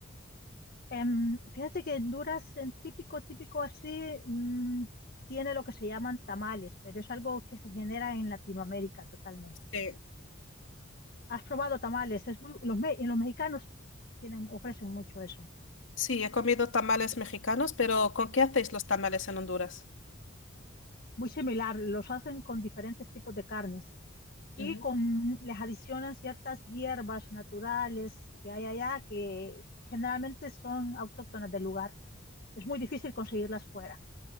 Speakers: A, on the left; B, on the left.
A: em, fíjate que Honduras, en típico, típico así, mm, tiene lo que se llaman tamales, pero es algo que se genera en Latinoamérica totalmente.
B: Sí.
A: ¿Has probado tamales? Es muy, los, me- y los mexicanos tienen, ofrecen mucho eso.
B: Sí, he comido tamales mexicanos, pero ¿con qué hacéis los tamales en Honduras?
A: muy similar, los hacen con diferentes tipos de carnes y
B: Ujú.
A: con, les adicionan ciertas hierbas naturales que hay allá que generalmente son autóctonas del lugar. Es muy difícil conseguirlas fuera,